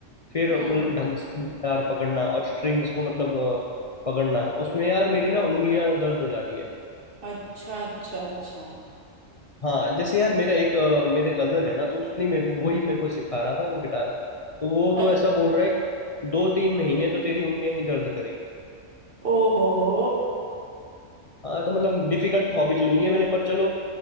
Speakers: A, on the left; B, on the right.
A: फिर
B: हम्म
A: मतलब ढंग से गिटार पकड़ना और स्ट्रिंग्स को मतलब अ, पकड़ना उसमें यार मेरी ना उंगलियां दर्द हो जा रही है
B: अच्छा अच्छा अच्छा
A: हाँ जैसे यार मेरा एक अ, मेरे कजन है ना तो उसने मेरे को वही मेरे को सिखा रहा था वो गिटार तो वो तो
B: अच-
A: ऐसा बोल रहा है कि दो तीन महीने तो तेरी उंगलियां ही दर्द करेगी
B: ओ हो हो
A: हाँ तो मतलब डिफिकल्ट हॉबी चुन ली है मैंने पर चलो